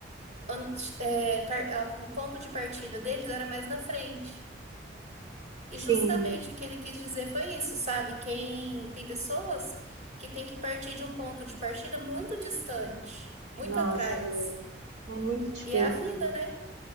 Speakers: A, on the right; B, on the right.
A: ant- é, par- a- o ponto de partida deles era mais na frente. E justamente
B: Sim,
A: o que ele quis dizer foi isso, sabe? Quem tem pessoas que têm que partir de um ponto de partida muito distante, muito
B: nossa,
A: atrás.
B: é muito difícil.
A: E é a vida, né?